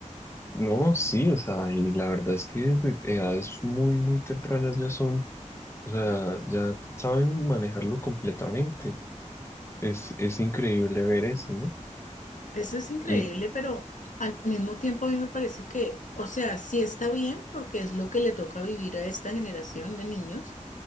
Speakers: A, on the left; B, on the left.
A: no, sí, o sea, y la verdad es que desde edades muy, muy tempranas ya son, o sea, ya saben manejarlo completamente. Es, es increíble ver eso, ¿no?
B: Eso es increíble,
A: Y
B: pero al mismo tiempo a mí me parece que, o sea, sí está bien porque es lo que le toca vivir a esta generación de niños